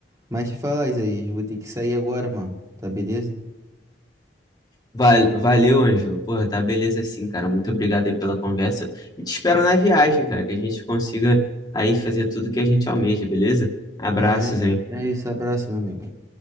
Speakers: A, on the right; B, on the left.
A: Mas te falar, Isaías, vou ter que sair agora, mano. Tá beleza?
B: Val- Valeu, Ângelo. Porra, tá beleza assim, cara. Muito obrigado aí pela conversa. E te espero na viagem, cara, que a gente consiga aí fazer tudo que a gente almeja, beleza? Abraços,
A: É,
B: hein?
A: é isso. Abraço, meu amigo.